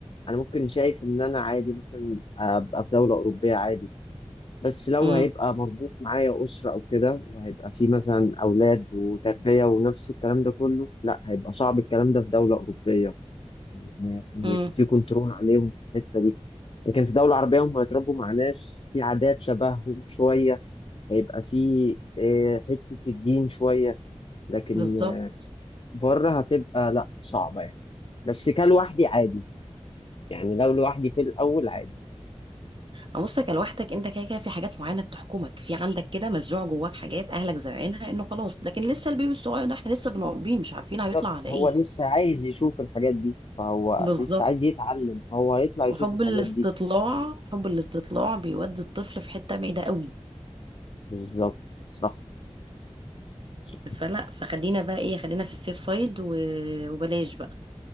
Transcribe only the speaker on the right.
امم
امم
بالظبط
بصك لوحدك انت كده كده في حاجات معينه بتحكمك في عندك كده مزروع جواك حاجات اهلك زارعينها انه خلاص لكن لسه البيبي الصغير ده احنا لسه بنربيه مش عارفين هيطلع
على
ايه
بالظبط
وحب
الاستطلاع
حب الاستطلاع بيودي الطفل في حته بعيده قوي
فلا فخلينا بقى ايه خلينا في السيف سايد و... وبلاش بقى